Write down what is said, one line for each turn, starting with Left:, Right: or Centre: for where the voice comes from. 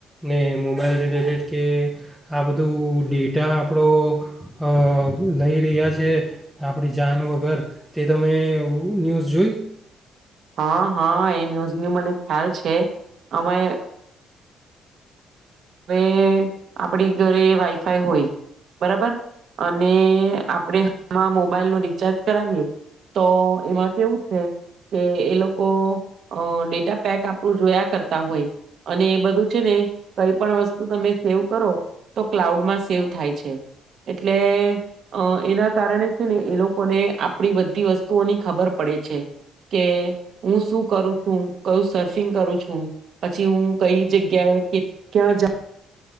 Centre: ને મોબાઈલ રિલેટેડ કે આ બધું ડેટા આપળો અ લઈ રહ્યા છે. આપળી જાન વગર તે તમે ન્યુઝ જોઈ?
Right: હા, હા, એ ન્યૂઝની મને ખ્યાલ છે. અમે હવે આપડી ઘરે વાઈફાઈ હોય બરાબર અને આપળે હમણા મોબાઈલનું રિચાર્જ કરાવીએ તો એમાં કેવું છે કે, એ લોકો અ ડેટા પેક આપણું જોયા કરતા હોય અને એ બધું છે ને કઈ પણ વસ્તુ તમે સેવ કરો તો ક્લાઉડમાં સેવ થાય છે. એટલે અ એના કારણે છે ને એ લોકોને આપડી બધી વસ્તુઓની ખબર પડે છે કે હું શું કરું છું કયું સર્ફિંગ કરું છું. પછી હું કઈ જગ્યાએ કે ક્યા જા